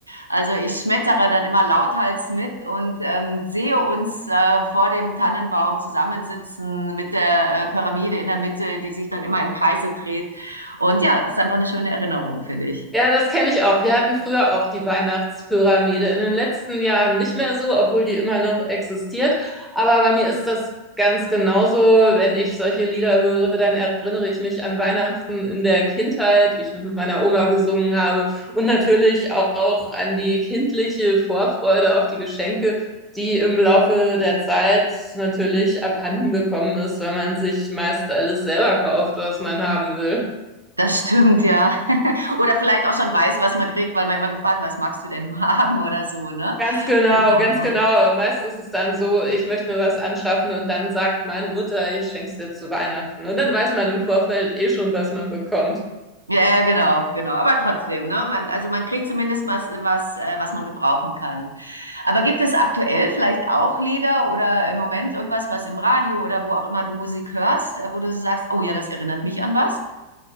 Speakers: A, on the right (about 85°); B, in the centre.
A: also ich schmettere dann immer lauthals mit und ähm, sehe uns äh, vor dem Tannenbaum zusammensitzen mit der äh, Pyramide in der Mitte, die sich dann immer im Kreise dreht. Und ja, es ist einfach eine schöne Erinnerung, finde ich.
B: Ja, das kenne ich auch. Wir hatten früher auch die Weihnachtspyramide. In den letzten Jahren nicht mehr so, obwohl die immer noch existiert. Aber bei mir ist das ganz genauso. Wenn ich solche Lieder höre, dann erinnere ich mich an Weihnachten in der Kindheit, wie ich mit meiner Oma gesungen habe. Und natürlich auch an die kindliche Vorfreude auf die Geschenke, die im Laufe der Zeit natürlich abhanden gekommen ist, weil man sich meist alles selber kauft, was man haben will.
A: Das stimmt, ja. <laughs> Oder vielleicht auch schon weiß, was man kriegt, weil man immer gefragt, was magst du denn <laughs> nur haben oder so, ne?
B: Ganz genau,
A: Genau.
B: ganz genau. Meist ist es dann so, ich möchte mir was anschaffen und dann sagt meine Mutter, ich schenk's dir zu Weihnachten. Und dann weiß man im Vorfeld eh schon, was man bekommt.
A: Ja, ja, genau, genau. Aber trotzdem, ne? Man, also man kriegt zumindest was, was, äh, was man gebrauchen kann. Aber gibt es aktuell vielleicht auch Lieder oder im Moment irgendwas, was im Radio oder wo auch immer du Musik hörst, äh, wo du so sagst, oh ja, das erinnert mich an was?